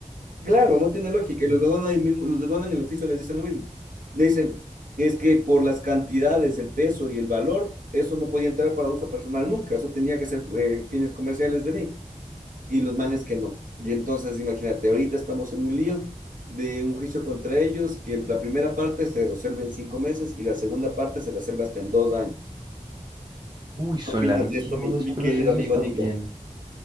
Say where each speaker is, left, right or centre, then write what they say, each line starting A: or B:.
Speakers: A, on the right; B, on the right.
A: Claro, no tiene lógica. Y los de aduana ahí mismo, los de aduana en el oficio les dicen lo mismo. Le dicen, es que por las cantidades, el peso y el valor, eso no podía entrar para uso personal nunca. Eso tenía que ser eh, fines comerciales de ley. Y los manes que no. Y entonces, imagínate, ahorita estamos en un lío de un juicio contra ellos, que la primera parte se resuelve en cinco meses y la segunda parte se resuelve hasta en dos años.
B: Uy, son
A: ¿Qué opinas
B: larguísimos
A: de esto, mi, mi
B: los procesos
A: querido amigo
B: también.
A: Nico?